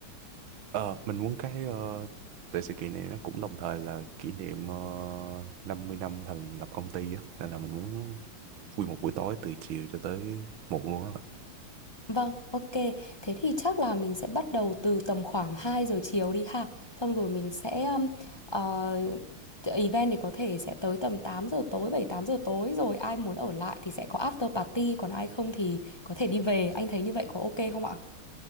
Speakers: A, on the right (about 70°); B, on the left (about 20°).
A: Ờ, mình muốn cái ờ, tại sự kiện này nó cũng đồng thời là kỷ niệm uh, 50 năm thành lập công ty á, nên là mình muốn nguyên một buổi tối từ chiều cho tới muộn luôn á bạn
B: Vâng, ok. Thế thì chắc là mình sẽ bắt đầu từ tầm khoảng 2 giờ chiều đi ha. Xong rồi mình sẽ ừm, ờ, event thì có thể sẽ tới tầm 8 giờ tối, 7 8 giờ tối rồi ai muốn ở lại thì sẽ có after party, còn ai không thì có thể đi về. Anh thấy như vậy có ok không ạ?